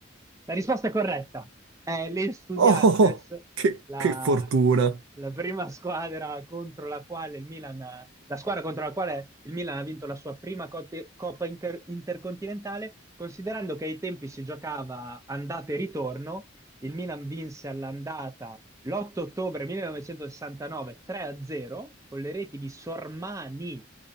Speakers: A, on the right; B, on the right.
A: La risposta è corretta. È gli Estudiantes,
B: Oh, oh, oh, che,
A: la,
B: che fortuna!
A: la prima squadra contro la quale il Milan, ha- la squadra contro la quale il Milan ha vinto la sua prima cote- Coppa Inter- Intercontinentale, considerando che ai tempi si giocava andata e ritorno, il Milan vinse all'andata l'8 ottobre 1969, 3-0, con le reti di Sormani,